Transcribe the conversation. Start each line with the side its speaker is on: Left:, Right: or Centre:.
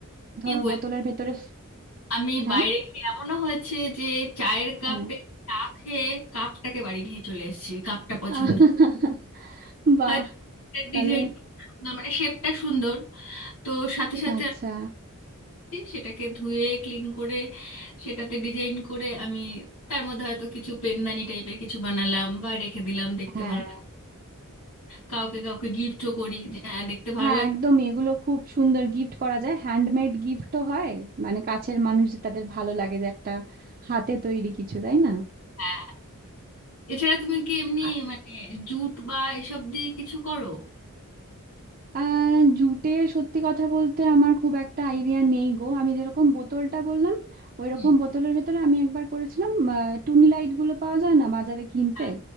Right: ধরো
Left: কি বল
Right: বোতলের ভেতরে ফ-
Left: আমি
Right: হ্যাঁ
Left: বাইরে গিয়ে এমনও হয়েছে যে চায়ের
Right: হ্যাঁ
Left: কাপে চা খেয়ে কাপটাকে বাড়ি নিয়ে চলে এসেছি কাপটা পছন্দ
Right: <laughs> আহ, বাহ
Left: হয়তো
Right: তাহলে
Left: ডিজাইন সুন্দর মানে শেপটা সুন্দর তো সাথে সাথে
Right: আচ্ছা
Left: যে সেটাকে ধুয়ে ক্লিন করে সেটাতে ডিজাইন করে আমি তার মধ্যে হয়তো কিছু পেনদানি টাইপের কিছু বানালাম বা রেখে দিলাম দেখতে
Right: হ্যাঁ
Left: ভালো লাগে কাউকে কাউকে গিফটও করি যে হ্যাঁ দেখতে ভালো
Right: হ্যাঁ
Left: লাগে
Right: একদমই এগুলো খুব সুন্দর গিফট করা যায় হ্যান্ডমেড গিফটও হয় মানে কাছের মানুষ যে তাদের ভালো লাগে যে একটা হাতে তৈরি কিছু তাই না
Left: হ্যাঁ এছাড়া তুমি কি এমনি
Right: আ-
Left: মানে জুট বা এসব দিয়ে কিছু করো
Right: আহ জুটে সত্যি কথা বলতে আমার খুব একটা আইডিয়া নেই গো আমি যেরকম বোতলটা বললাম ওই
Left: হুম
Right: রকম বোতলের ভেতরে আমি একবার করেছিলাম আহ, টুনি লাইট গুলো পাওয়া যায় না বাজারে কিনতে
Left: হ্যাঁ,